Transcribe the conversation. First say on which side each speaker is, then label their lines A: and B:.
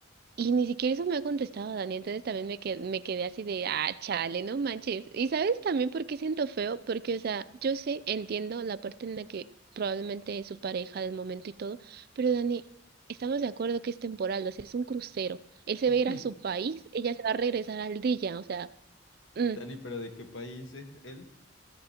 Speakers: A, on the right; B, on the left.
A: Y ni siquiera eso me ha contestado Dani, entonces también me quedé, me quedé así de, ah, chale, no manches. Y sabes también por qué siento feo, porque, o sea, yo sé, entiendo la parte en la que probablemente es su pareja del momento y todo, pero Dani, estamos de acuerdo que es temporal, o sea, es un crucero. Él se
B: <laughs>
A: va a ir a su país, ella se va a regresar al día, o sea, mm,
B: Dani, pero ¿de qué país es él?